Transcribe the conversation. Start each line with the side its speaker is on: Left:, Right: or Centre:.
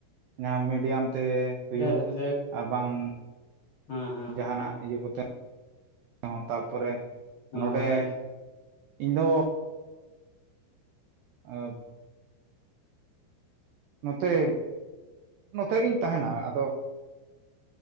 Right: ᱡᱟᱦᱟᱸ ᱢᱤᱰᱤᱭᱟᱢ ᱛᱮ ᱦᱩᱭᱩᱜ
Left: ᱡᱟᱭᱦᱳᱠ ᱡᱟᱭᱦᱳᱠ
Right: ᱟᱨ ᱵᱟᱝ
Left: ᱦᱮᱸ ᱦᱮᱸ
Right: ᱡᱟᱦᱟᱱᱟᱜ
Left: ᱦᱮᱸ ᱦᱮᱸ
Right: ᱤᱭᱟᱹ ᱠᱚᱛᱮ ᱚ ᱛᱟᱨᱯᱚᱨᱮ
Left: ᱦᱳᱭ
Right: ᱱᱚᱸᱰᱮ ᱤᱧ ᱫᱚ <unintelligible> ᱱᱚᱛᱮ ᱱᱚᱛᱮ ᱜᱤᱧ ᱛᱟᱦᱮᱱᱟ ᱟᱫᱚ